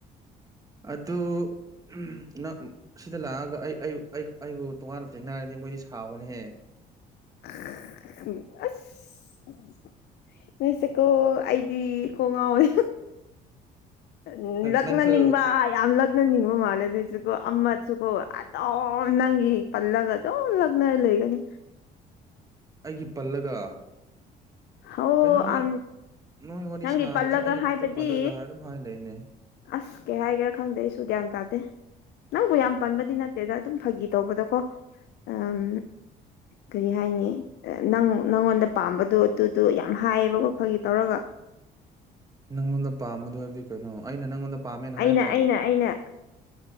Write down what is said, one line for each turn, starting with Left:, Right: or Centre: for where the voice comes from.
Right: ꯑꯗꯨꯗꯨ ꯅꯪ ꯁꯤꯗ ꯂꯥꯛꯑꯒ ꯑꯩ ꯑꯩꯕꯨ ꯇꯣꯉꯥꯟꯅ ꯊꯦꯡꯅꯔꯗꯤ ꯃꯣꯏꯗꯤ ꯁꯥꯎꯕꯅꯦꯍꯦ
Left: ꯎ ꯅꯣꯏꯁꯦꯀꯣ ꯑꯩꯗꯤ ꯀꯣ ꯉꯥꯎꯋꯦ ꯎ
Right: ꯅꯪ
Left: ꯂꯛꯅꯅꯤꯡꯕ
Right: ꯅꯪꯁꯨ
Left: ꯌꯥꯝ ꯂꯛꯅꯅꯤꯡꯕ ꯃꯥꯜꯂꯦ ꯑꯗꯨꯣꯏꯁꯨꯀꯣ ꯑꯃ ꯁꯨꯀꯣ ꯑꯗꯨꯝ ꯅꯪꯒꯤ ꯄꯜꯂꯒ ꯑꯗꯨꯝ ꯂꯛꯅꯔ ꯂꯩꯒꯅꯤ
Right: ꯑꯩꯒꯤ ꯄꯜꯂꯒ
Left: ꯍ
Right: ꯀꯩꯅꯣ ꯅꯣꯏ
Left: ꯑ
Right: ꯅꯣꯏ ꯋꯥꯔꯤ
Left: ꯅꯪꯒꯤ
Right: ꯁꯥꯕꯁꯦ
Left: ꯄꯜꯂꯒ
Right: ꯑꯩ
Left: ꯍꯥꯏꯕꯗꯤ
Right: ꯈꯛꯇ ꯄꯜꯍꯜꯂ ꯑꯗꯨꯝ ꯍꯥꯏ ꯂꯩꯅꯦ
Left: ꯑꯁ ꯀꯩ ꯍꯥꯏꯒꯦꯔꯥ ꯈꯪꯗꯦ ꯑꯩꯁꯨ ꯒ꯭ꯌꯥꯟ ꯇꯥꯗꯦ ꯅꯪꯕꯨ ꯌꯥꯝ ꯄꯟꯕꯗꯤ ꯅꯠ ꯁꯤꯗ ꯑꯗꯨꯝ ꯐꯥꯒꯤ ꯇꯧꯕꯗꯀꯣ ꯎꯝ ꯀꯔꯤ ꯍꯥꯏꯅꯤ ꯅꯪ ꯅꯪꯉꯣꯟꯗ ꯄꯥꯝꯕꯗꯣ ꯑꯗꯨꯗꯣ ꯌꯥꯝ ꯍꯥꯏꯌꯦꯕꯀꯣꯈꯒꯤ ꯇꯧꯔꯒ
Right: ꯅꯪꯉꯣꯟꯗ ꯄꯥꯝꯕꯗꯨꯣ ꯍꯥꯏꯕꯗꯤ ꯀꯩꯅꯣ ꯑꯩꯅ ꯅꯪꯉꯣꯟꯗ ꯄꯥꯝꯃꯦꯅ
Left: ꯑꯩꯅ
Right: ꯍꯥꯏꯕ꯭ꯔꯣ
Left: ꯑꯩꯅ ꯑꯩꯅ